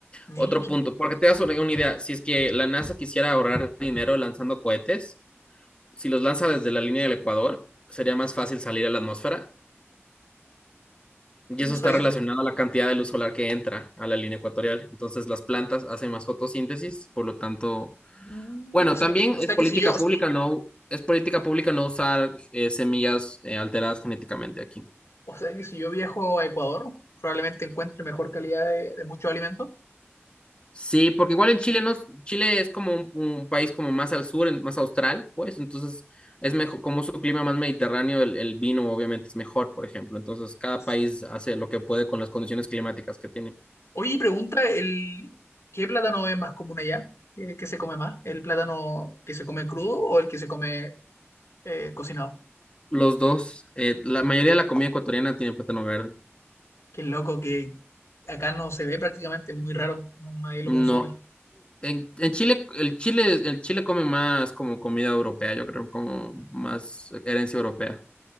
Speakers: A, on the left; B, on the left.
A: Mira,
B: Otro
A: qué-
B: punto, porque te das una, una idea, si es que la NASA quisiera ahorrar dinero lanzando cohetes, si los lanza desde la línea del Ecuador, sería más fácil salir a la atmósfera. Y
A: no
B: eso
A: sabía.
B: está relacionado a la cantidad de luz solar que entra a la línea ecuatorial. Entonces las plantas hacen más fotosíntesis, por lo tanto,
A: Mm,
B: bueno,
A: O
B: también
A: sea que, o
B: es
A: sea
B: política
A: que si yo,
B: pública
A: sí,
B: no, es política pública no usar eh, semillas eh, alteradas genéticamente aquí.
A: o sea que si yo viajo a Ecuador, probablemente encuentre mejor calidad de, de muchos alimentos.
B: Sí, porque igual en Chile no, Chile es como un, un país como más al sur, en- más austral, pues, entonces es mejor, como su clima más mediterráneo, el, el vino obviamente es mejor, por ejemplo. Entonces cada
A: Sí.
B: país hace lo que puede con las condiciones climáticas que tiene.
A: Oye, y pregunta, el, ¿qué plátano es más común allá? ¿Qué, qué se come más? ¿El plátano que se come crudo o el que se come eh, cocinado.
B: Los dos, eh, la mayoría de la comida ecuatoriana tiene plátano verde.
A: Qué loco que acá no se ve prácticamente, es muy raro, no- nadie lo
B: No,
A: consume.
B: en, en Chile, el Chile, el Chile come más como comida europea, yo creo, como más herencia europea.